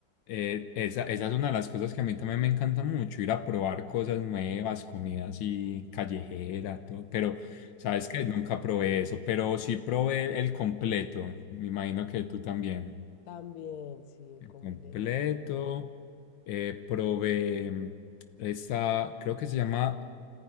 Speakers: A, on the left (about 75°); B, on the left (about 55°).
A: eh, esa, esa es una de las cosas que a mí también me encanta mucho, ir a probar cosas nuevas, comida así callejera, todo. Pero, ¿sabes que Nunca probé eso, pero sí probé el completo. Me imagino que tú también.
B: También, sí, el
A: El
B: completo.
A: completo. eh, probé mm, esta, creo que se llama